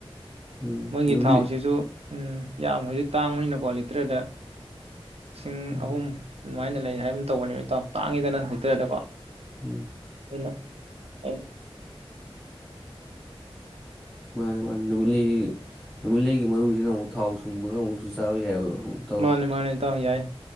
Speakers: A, in the centre; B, on the right.
A: ꯎꯝ
B: ꯃꯣꯏꯒꯤ
A: ꯅꯨꯃꯤꯠꯂꯩ
B: ꯊꯥꯎꯁꯤꯁꯨ ꯎꯝ ꯌꯥꯝ ꯍꯧꯖꯤꯛ ꯇꯥꯡꯕꯅꯤꯅ ꯀꯤ <unintelligible> ꯂꯤꯁꯤꯡ
A: ꯎꯝ
B: ꯑꯍꯨꯝ ꯑꯗꯨꯃꯥꯏꯅ ꯂꯩ ꯍꯥꯏꯒꯨꯝ ꯇꯧꯕꯅꯦꯕ ꯏꯇꯥꯎ ꯇꯥꯡꯉꯤꯗ ꯅ ꯂꯤꯇ꯭ꯔꯗꯀꯣ꯫
A: ꯎꯝ
B: ꯑꯩꯅ <unintelligible>
A: ꯃꯥꯅꯤ ꯃꯥꯅꯤ ꯅꯨꯃꯤꯠꯂꯩꯒꯤ ꯅꯨꯃꯤꯠꯂꯩꯒꯤ ꯃꯔꯨꯖꯤꯅ ꯑꯃꯨꯛ ꯊꯥꯎ ꯁꯨꯝꯕꯒ ꯑꯃꯨꯛꯁꯨ ꯆꯥꯕ ꯌꯥꯏꯑꯕ ꯇꯧ
B: ꯃꯥꯅꯦ ꯃꯥꯅꯦ꯫ ꯏꯇꯥꯎ ꯌꯥꯏ꯫